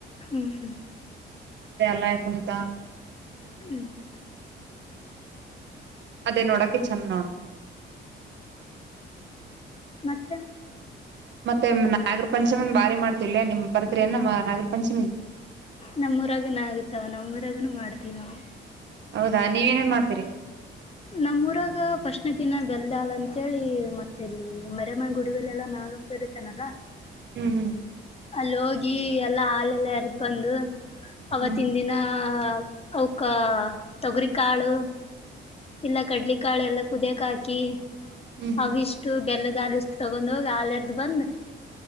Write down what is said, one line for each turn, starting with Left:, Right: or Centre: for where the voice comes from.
Left: ಹೂ ಹೂ <inaudible>
Right: ಏ ಅಲ್ಲಯ ಹಾಕಕೊಡ ಚಾ <inaudible>
Left: <inaudible>
Right: ಅದೇ ನೋಡಕ ಚಂದ್ <inaudible>
Left: ಮತ್ತ <inaudible>
Right: ಮತ್ತೆ ನಾಗರ ಪಂಚಮನ್ ಭಾರಿ ಮಾಡ್ತಿ ಲೇ ನಿಮ್ಮ ಬರ್ತರಿ ಏನ್ ನಮ್ಮ ನಾಗರ ಪಂಚಮಿಗೆ? <inaudible>
Left: ನಮ್ಮೂರಾಗನ ಆಗುತ್ತಾವ ನಮ್ಮೂರಾಗ ಮಾಡ್ತೀವಿ ನಾವು? <inaudible>
Right: ಹೌದಾ ನೀವು ಏನ್ ಮಾಡ್ತೀರಿ. <inaudible>
Left: ನಮ್ಮ ಊರಾಗ ಫಸ್ಟ್ನ ದಿನ ಬೆಲ್ದಾಳ ಅಂತೇಳಿ ಮತ್ತ ಇಲ್ಲಿ ಮರೆಅಮ್ಮ ಗುಡಿ ಬೆಲೆಲ್ಲ ನಾಗಪ್ಪ <inaudible> ಕರಿತೇನಲ್ಲಾ? <inaudible>
Right: ಹೂ ಹೂ <inaudible>
Left: ಅಲ್ಲಿ ಹೋಗಿ ಎಲ್ಲಾ ಹಾಲೆಲ್ಲ ಎರದ ಬಂದು ಅವತ್ತಿನ
Right: ಹ್ಮ್
Left: ದಿನಾ <inaudible> ಹಾ ತೊಗರಿಕಾಳು. ಇಲ್ಲ ಕಡ್ಲಿಕಾಳು ಎಲ್ಲಾ ಕುದಿಯಕ್ ಹಾಕಿ
Right: ಹ್ಮ್ ಹ್ಮ್
Left: ಅವಿಷ್ಟ್. ಇಷ್ಟು ಬೆಲ್ಲದಲು ಇಷ್ಟು ತಗೊಂಡ್ ಹೋಗಿ ಆಲೇರ್ದು ಬಂದ್.